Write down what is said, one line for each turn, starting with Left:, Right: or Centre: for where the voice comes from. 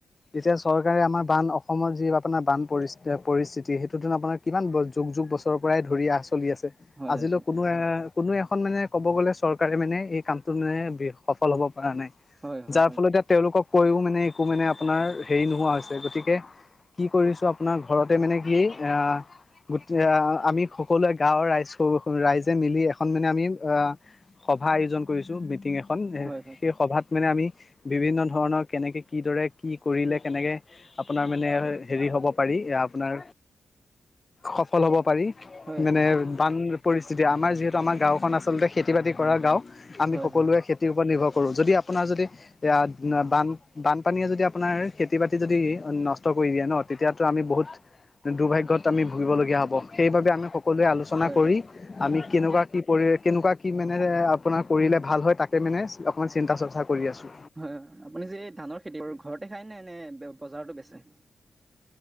Left: তেতিয়া চৰকাৰে আমাৰ বান অসমত যি আপোনাৰ বান পৰি পৰিস্থিতি সেইটো দিন আপোনাৰ কিমান যুগ যুগ বছৰৰ পৰাই ধৰি চলি আছে।
Right: হয়
Left: আজিলৈ
Right: হয় ঠিক
Left: কোনো
Right: আছে
Left: এ, কোনো এখন মানে ক'ব গ'লে চৰকাৰে মানে এই কামটোত মানে সফল হ'ব পৰা নাই।
Right: হয় হয়
Left: যাৰ
Right: হয়
Left: ফলতে তেওঁলোকক কৈও মানে একো মানে আপোনাৰ হেৰি নোহোৱা হৈছে। গতিকে কি কৰিছো। আপোনাৰ ঘৰতে মানে কি <unintelligible> গোট আহ, আমি সকলোৱে গাঁৱৰ ৰাইজ ৰাইজে মিলি এখন মানে আমি আহ, সভা আয়োজন কৰিছো। মিটিং এখন
Right: হয় হয়
Left: সেই সভাত মানে আমি বিভিন্ন ধৰণৰ কেনেকৈ কিদৰে কি কৰিলে। কেনেকৈ আপোনাৰ মানে হেৰি হ'ব পাৰি। আপোনাৰ সফল হব পাৰি।
Right: হয়
Left: মানে
Right: হয়
Left: বান পৰিস্থিতি আমাৰ যিহেতু আমাৰ গাঁওখন আচলতে খেতি বাতি কৰা গাঁও আমি
Right: হয়
Left: সকলোৱে
Right: হয়
Left: খেতি ওপৰত নিৰ্ভৰ কৰো। যদি আপোনাৰ যদি এতিয়া বান বানপানীয়ে যদি আপোনাৰ খেতি বাতি যদি নষ্ট কৰি দিয়ে ন, তেতিয়াতো আমি বহুত দুৰ্ভাগ্যত আমি ভুগিবলগীয়া হ'ব সেইবাবে আমি সকলোৱে আলোচনা
Right: হয়
Left: কৰি
Right: হয় হয়
Left: আমি কেনেকুৱা কি পৰি কেনেকুৱা কি মানে আপোনাৰ কৰিলে ভাল হয়, তাকে মানে অকণমান চিন্তা চৰ্চা কৰি আছো।
Right: হয় আপুনি যে ধানৰ খেতি কৰে, ঘৰতে খায় নে নে বজাৰতো বেচে?